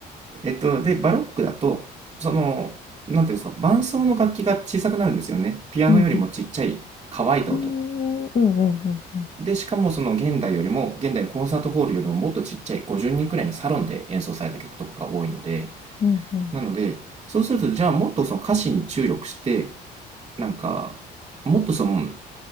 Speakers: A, on the right (about 25°); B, on the left (about 40°).
A: えっと、で、バロックだと、その、なんていうんですか、伴奏の楽器が小さくなるんですよね。ピアノよりもちっちゃい乾いた音。
B: うん、うん。うん、うん、うん、うん。
A: で、しかもその現代よりも、現代のコンサートホールよりももっとちっちゃい50人くらいのサロンで演奏された曲とかが多いので、
B: うん、うん、
A: なので、そうすると、じゃあもっとその歌詞に注力して、なんか、もっとその